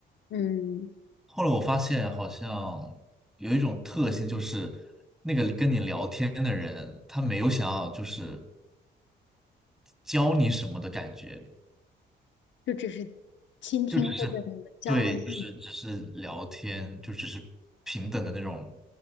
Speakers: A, on the left; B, in the centre.
A: 嗯，
B: 后来我发现好像有一种特性，就是那个跟你聊天的人，他没有想要就是教你什么的感觉，
A: 就只是倾听或者你们交换意见，
B: 是。对，就是只是聊天，就只是平等的那种